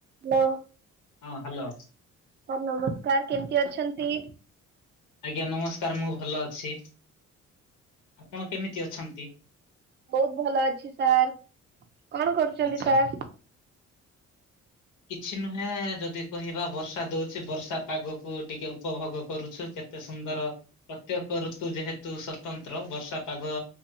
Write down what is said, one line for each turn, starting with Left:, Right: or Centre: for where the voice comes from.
Right: ହ୍ୟାଲୋ।
Left: ହଁ ହ୍ୟାଲୋ।
Right: ସାର୍ ନମସ୍କାର, କେମିତି ଅଛନ୍ତି?
Left: ଆଜ୍ଞା ନମସ୍କାର, ମୁଁ ଭଲ ଅଛି। ଆପଣ କେମିତି ଅଛନ୍ତି?
Right: ବହୁତ ଭଲ ଅଛି ସାର୍। କଣ କରୁଛନ୍ତି
Left: ଆଚ୍ଛା।
Right: ସାର୍?
Left: <inaudible> କିଛି ନୁହେଁ ଯଦି କହିବା ବର୍ଷା ଦଉଛି ବର୍ଷା ପାଗକୁ ଟିକେ ଉପଭୋଗ କରୁଛୁ, କେ ତେ ସୁନ୍ଦର, ପ୍ରତ୍ୟେକ ଋତୁ ଯେହେତୁ ସତନ୍ତ୍ର ବର୍ଷା ପାଗ